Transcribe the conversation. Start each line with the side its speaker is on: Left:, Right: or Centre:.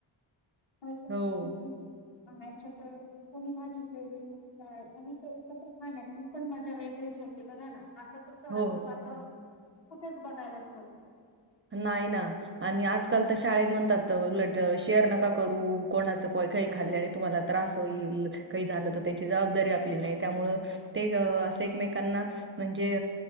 Left: <unintelligible>
Right: हो,
Left: बांगायच्या तर कोणी भाजी केलीय आणि ते एकत्र खाण्यात ती मजा वेगळीच. छवती बघा ना आता तसं आलू
Right: हो.
Left: वातावरण कुठेच बघायला मिळत नाही.
Right: नाही ना आणि आजकाल शाळेत म्हणतात उलट शेअर नका करू कोणाचं कय काही खाल्ले आणि तुम्हाला त्रास होईल. काय झाल त्याची जबदारी आपली नाही त्यामुळे ते अस एकमेकांना म्हणजे